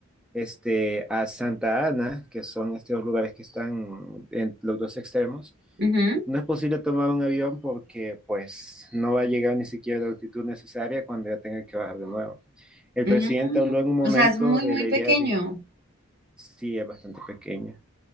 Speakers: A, in the centre; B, on the right.
A: este, a Santa Ana, que son estos lugares que están en los dos extremos,
B: ujú,
A: no es posible tomar un avión porque pues no va a llegar ni siquiera a la altitud necesaria cuando ya tenga que bajar de nuevo. El
B: mm,
A: presidente habló en un momento
B: o sea, es muy,
A: de
B: muy
A: la
B: pequeño.
A: idea de, sí, es bastante pequeña.